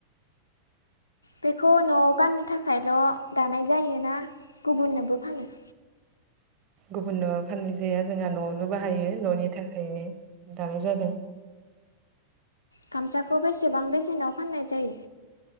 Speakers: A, on the left; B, on the right.
A: बेखौ नआव गाननो थाखायल' दानाय जायोना गुबुननोबो फानो
B: गुबुननो फाननाय जाया जोंहा न'आवनो बाहायो न'नि थाखायनो दानाय जादों।
A: गामसाखौ बेसेबां बेसेनाव फाननाय जायो?